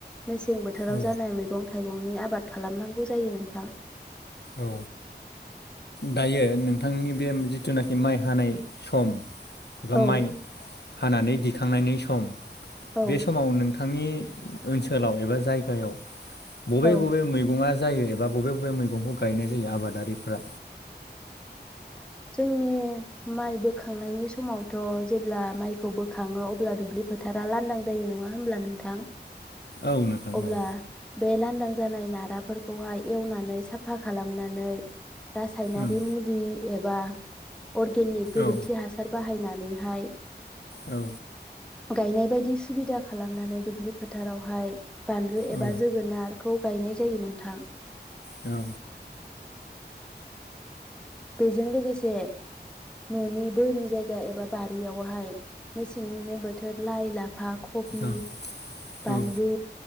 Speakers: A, in the centre; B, on the left (about 70°).
A: मेसें बोथोराव
B: औ
A: जानाय मैगं थाइगंनि आबाद खालामनां गौ जायो नोंथां
B: औ दायो नोंथांनि बे जिथुनाखि माइ हानाय सम एबा
A: औ
B: माइ हानानै दिखांनायनि सम
A: औ
B: बे समाव नों नोंथांनि ओनसोलाव एबा जायगायाव बबे
A: औ
B: बबे मैगङा जायो एबा बबे बबे मैगंखौ गायनाय जायो आबादारिफ्रा
A: जोंनि माइ बोखांनायनि समावथ' जेब्ला माइखौ बोखाङो अब्ला दुब्लि फोथारा लांदां जायो नङा होमला नोंथां
B: औ नोंथां
A: अब्ला
B: औ
A: बे लांदां जानाय नारा फोरखौहाय एवनानै साफा खालामनानै रासायनारि
B: ओं
A: मुलि एबा अर्गेनिक गोबोरखि
B: औ
A: हासार बाहायो नानैहाय
B: औ
A: गायनाय बायदि सुबिदा खालामनानै दुब्लि फोथारावहाय बानलु एबा
B: औ
A: जोगोनारखौ गायनाय जायो नोंथां
B: औ
A: बेजों लोगोसे न'नि बोरि जायगा एबा बारियावहाय मेसेंनिनो बोथोर लाइ लाफा खबि
B: औ
A: बानलु
B: औ